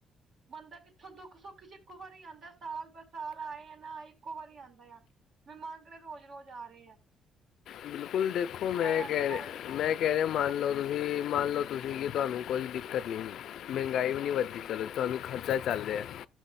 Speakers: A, on the right (about 60°); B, on the left (about 75°).
A: ਬੰਦਾ ਕਿੱਥੋਂ ਦੁੱਖ- ਸੁੱਖ 'ਚ ਇੱਕੋ ਵਾਰੀ ਆਉਂਦਾ ਸਾਲ ਬਾਅਦ ਸਾਲ ਆਏ ਆ ਨਾ ਆਏ ਇੱਕੋ ਵਾਰੀ ਆਂਦਾ ਆ ਮਹਿਮਾਨ ਕਿਹੜਾ ਰੋਜ਼ ਰੋਜ਼ ਆ ਰਹੇ ਐ
B: ਬਿਲਕੁੱਲ ਦੇਖੋ ਮੈਂ
A: ਆ
B: ਕਹਿ,
A: ਕਿ ਹਾਈ
B: ਮੈਂ ਕਹਿ ਰਿਹਾ ਮੰਨ
A: ਦੋ
B: ਲਓ ਤੁਸੀਂ ਮੰਨ ਲਓ ਤੁਸੀਂ ਕਿ ਤੁਹਾਨੂੰ ਕੋਈ ਦਿੱਕਤ ਨਹੀਂ, ਮਹਿੰਗਾਈ ਵੀ
A: ਹਾਂਜੀ
B: ਨਹੀਂ ਵੱਧਦੀ ਚਲੋ ਤਾਂ ਵੀ ਖਰਚਾ ਚੱਲ ਰਿਹਾ,